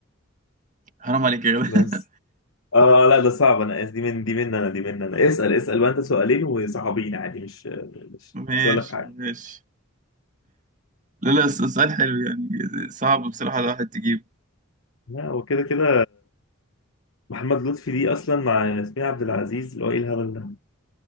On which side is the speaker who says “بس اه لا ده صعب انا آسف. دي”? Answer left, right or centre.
Left